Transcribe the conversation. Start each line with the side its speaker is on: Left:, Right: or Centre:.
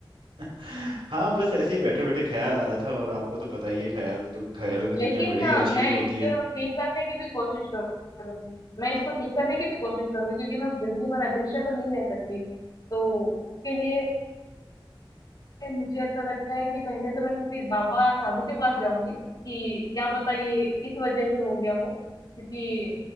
Right: <laughs> हाँ बस ऐसे ही बैठे बैठे ख्याल आ रहा था और आपको तो पता ही है ख्याल तो ख्यालों की दुनिया
Left: लेकिन
Right: बड़ी ही
Left: अ,
Right: अजीब
Left: मैं
Right: होती
Left: इसको
Right: है
Left: ठीक करने की भी कोशिश करूंगी मैं इसको ठीक करने की भी कोशिश करूंगी क्योंकि मैं जिंदगी भर अदृश्य तो नहीं रह सकती तो उसके लिए मुझे ऐसा लगता है कि पहले तो मैं किसी बाबा साधु के पास जाऊंगी कि क्या पता ये इस वजह से हो गया हो क्योंकि